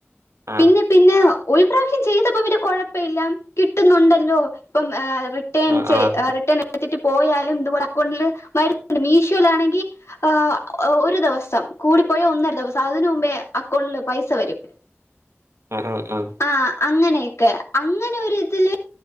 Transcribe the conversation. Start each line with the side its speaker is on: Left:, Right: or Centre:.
Right: ആഹ്
Left: പിന്നെ പിന്നെ ഒരു പ്രാവശ്യം ചെയ്ത അപ്പോ പിന്നെ കൊഴപ്പം ഇല്ല കിട്ടുന്നോണ്ടല്ലോ ഇപ്പം ആഹ് റി റിട്ടേൺ
Right: ആഹ്
Left: ച്ചേ
Right: ആഹ്
Left: റിട്ടേൺ എടുത്തിട്ട് പോയാലും ഇത് പോലെ അക്കൗണ്ടില് വരുന്നോണ്ട് മീശോയിലാണെങ്കി ആഹ് ഒരു ദെവസം കൂടിപ്പോയാ ഒന്നര ദെവസം അതിന് മുമ്പേ അക്കൗണ്ടില് പൈസ വരും
Right: ഉം ഉം ഉം
Left: ആഹ് അങ്ങനെയക്കെ അങ്ങനെ ഒരു ഇതില്